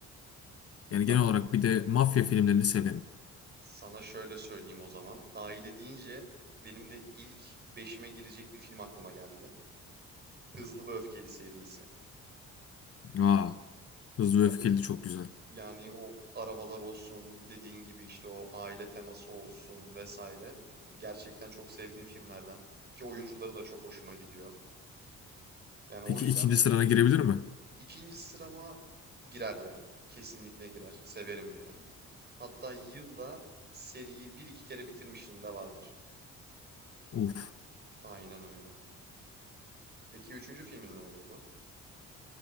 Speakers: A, on the left; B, on the right.
A: Yani
B: bak
A: genel olarak bir de mafya filmlerini severim.
B: sana şöyle söyleyeyim o zaman. Aile deyince benim de ilk beşime girecek bir film aklıma geldi. Hızlı ve Öfkeli serisi.
A: Aa, Hızlı
B: Ya
A: ve Öfkeli de çok güzel.
B: Yani o arabalar olsun, dediğin gibi işte o aile teması olsun vesaire. Hani gerçekten çok sevdiğim filmlerden ki oyuncuları da çok hoşuma gidiyor. Yani
A: Peki
B: o yüzden
A: ikinci sırana girebilir mi?
B: ikinci sırama girer ya. Kesinlikle girer. Severim yani. Hatta yılda seriyi bir iki kere bitirmişliğim de vardır.
A: Uf.
B: Aynen öyle. Peki üçüncü filmin ne olurdu?